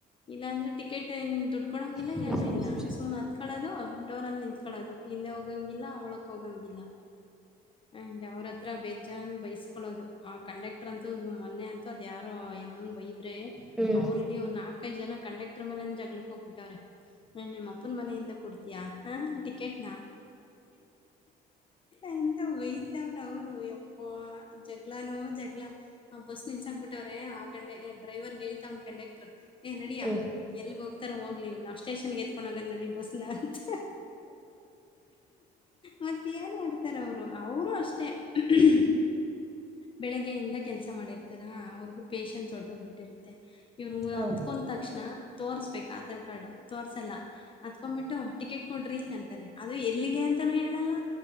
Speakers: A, on the left; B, in the centre.
A: ಇಲ್ಲಾಂದ್ರೆ ಟಿಕೆಟ್. ಟೆನ್ ದುಡ್ಕೋಡಂಗಿಲ್ಲ.
B: ಹ್ಮ್
A: ಏನು ಇಲ್ಲ
B: ಹ್ಮ್
A: ಸುಮ್ ಹತ್ಕಳೋದು ಡೋರ್ ಅಲ್ಲಿ ನಿಂತ್ಕೊಳ್ಳೋದು ಹಿಂದೆ ಹೋಗಂಗಿಲ್ಲ ಒಳಗ್ ಹೋಗಂಗಿಲ್ಲ ಹಂಗೆ ಅವ್ರ ಹತ್ರ ಬೇಜನ್ ಬೈಸ್ಕೊಳ್ಳೋದು ಆ ಕಂಡಕ್ಟರ್ ಅಂತೂ ಮೊನ್ನೆ ಅಂತೂ ಅದ ಯಾರೋ ಎಮ್ಮಂಗ ಬೈ ಆದ್ರೆ
B: ಹ್ಮ್
A: ಅವ್ರ ಇಡೀ ಒನ್ನಾಕ ಕೈ ಜನ ಕಂಡಕ್ಟರ್ ಮೇಲೇನೆ ಜಗಳಕ್ಕ ಹೋಗ್ಬಿಟ್ಟವ್ರೆ. ಏನ್ ನಿಮ್ಮ ಅಪ್ಪನ ಮನೆಯಿಂದ ಕೊಡ್ತೀಯಾ ಹ. ಟಿಕೆಟ್ ನಾ. ಅಂತ ವೈ ಅವ್ರ ಅವ್ರು ಯಪ್ಪೋ ಜಗ್ಲಾನೊ ಜಗ್ಲಾ ಆ ಬಸ್ ನಿಲ್ಸಕ್ ಬಿಟ್ಟ ರೆ ಆ ಕಂಡಕ್ಟ ಏ ಡ್ರೈವರ್ ಹೇಳ್ತಾವ ಕಂಡಕ್ಟರ್ ಏ ನಡಿಯಾ
B: ಹ್ಮ್
A: ಎಲ್ಗ ಹೋಗ ತ್ತರ ಹೋಗ್ಲಿ ಇವ್ರನಷ್ಟ ಸ್ಟೇಷನ್ಗೆ ಎತ್ಕೊಂಡ ಹೋಗೋನ ನಡಿ ಬಸ್ನ ಅಂತ ಮತ್ತೆ ಏನ್ ಮಾಡ್ತಾರ ಅವರು ಅವರು ಅಷ್ಟೇ <unintelligible> ಬೆಳಗ್ಗೆಯಿಂದ ಕೆಲಸ ಮಾಡಿರ್ತಾರ ಅವ್ರಗೂ ಪೇಶನ್ಸ್ ಒಟ್ಟೊಗ ಬಿಟ್ಟ ಇರುತ್ತೆ ಇವ್ರು
B: ಹ್ಮ್
A: ಹತ್ತ್ಕೊಂಡ್ ತಕ್ಷಣ ತೋರ್ಸ್ಬೇಕ ಆಧಾರ್ ಕಾರ್ಡ್ ತೋರ್ಸಲ್ಲ ಹತ್ಕೊಬಿಟ್ಟು ಟಿಕೆಟ್ ಕೊಡ್ರಿ ಅಂತಾರೆ ಅದು ಎಲ್ಲಿಗೆ ಅಂತ ತನು ಹೇಳಲ್ಲ.